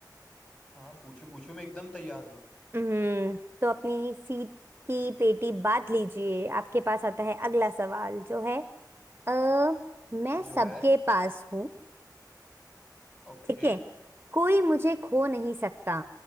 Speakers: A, on the left; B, on the right.
A: हाँ पूछो पूछो मैं एकदम तैयार हूँ
B: हम्म तो अपनी सीट की पेटी बांध लीजिए आपके पास आता है अगला सवाल जो है अ मैं
A: जो
B: सबके
A: है
B: पास हूँ
A: ओके
B: ठीक है कोई मुझे खो नहीं सकता